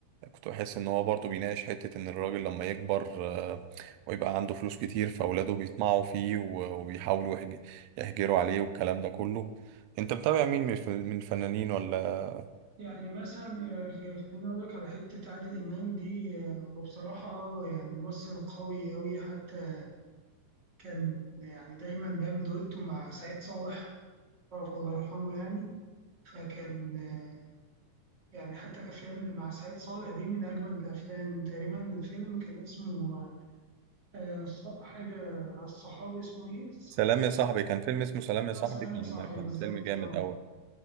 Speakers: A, on the right; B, on the right.
A: كنت بحس ان هو برضه بيناقش حتة ان الراجل لما يكبر آه، ويبقى عنده فلوس كتير فاولاده بيطمعوا فيه و- وبيحاولوا يحج- يحجروا عليه والكلام ده كله انت متابع مين من الف- من الفنانين ولا
B: يعني مثلا يا أخي خليني اقول لك على حته عادل امام دي آه، وبصراحه آه، يعني ممثل قوي قوي حتى كان يعني دايما بيعمل دويتو مع سعيد صالح رافع الله يرحمه يعني فكان آه، يعني حتى الافلام اللي مع سعيد صالح دي من اجمل الافلام تقريبا الفيلم كان اسمه آه، ص- حاجة على الصحابي اسمه إيه؟ ص-
A: سلام يا صاحبي كان فيلم اسمه سلام يا صاحبي
B: آه سلام
A: كان
B: يا صاحبي
A: كان
B: بالظبط
A: فيلم جامد
B: آه
A: قوي